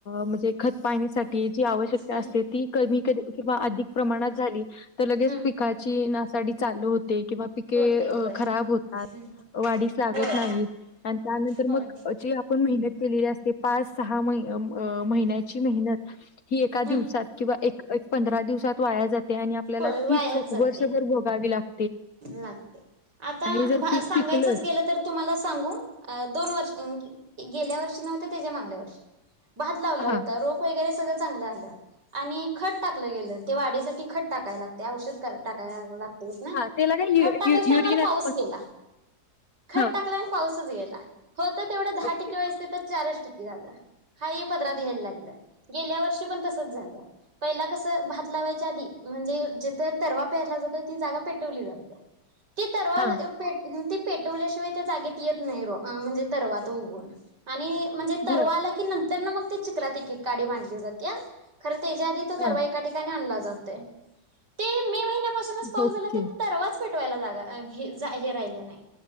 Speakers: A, on the left; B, on the right.
A: म्हणजे खत पाणीसाठी जी आवश्यकता
B: हम्म
A: असते ती कमी क किंवा अधिक प्रमाणात झाली तर लगेच
B: हम्म
A: पिकाची नासाडी चालू हो ते किंवा पिके
B: होते होय
A: खराब होतात.
B: हम्म
A: वाढीस लागत
B: होय
A: नाहीत आणि त्यानंतर
B: होय
A: मग जे आपण मेहनत केलेली असते पाच सहा महि महिन्याची मेहनत ही एका
B: हम्म
A: दिवसात किंवा एक एक पंधरा दिवसात वाया जा ते आणि आपल्याला
B: होय
A: ती
B: वायाच
A: चूक
B: जाते
A: वर्षभर भोगावी लागते.
B: लागते आता
A: आणि जर पीक
B: सांगायचच
A: पिकलच
B: गेलं तर तुम्हाला सांगू दोन वर्ष गेल्या वर्षी न्हव ते तेज्या मागल्यावर्षी भात लावलं
A: हा
B: होत रोप वगैरे सगळं चांगलं आलं आणि खत टाकलं गेलं ते वाढीसाठी खत टाकाय लागतय, औषध टाकाय लागतय
A: हा
B: खत
A: त्याला काय यु
B: टाकायच्या
A: यु युरिन
B: टायमाला पाऊस
A: असत
B: गेला खत
A: हा
B: टाकलं आणि पाऊसच गेला होत तेवढं दहा
A: ओके
B: ठीके व्हायचं तिथ चारच ठीके की आलं हाय हे पदरात घ्यायला लागलं. गेल्यावर्षी पण तसंच झालं पहिला कसं भात ला वायच्या आदी म्हणजे जिथं तरवा पेरला जातोय ती जागा पेट वली जात्या ती तरवा
A: हा
B: अ पेट पेटवल्याशिवाय त्या जागेत येत नाही र म्हणजे तरवा तो उगून आणि म्हणजे
A: बर
B: तरवा आला की नंतरन मग ते चिकलात एक एक काडी मांधली जात्या खरं तेच्या आधी तो
A: हा
B: तरवा एका ठिकाणी आणला जातोय ते मे महिन्यापासूनच पाऊस
A: ओके
B: झाला ते पाच पेटवायला जागा हे जा हे राहिले नाही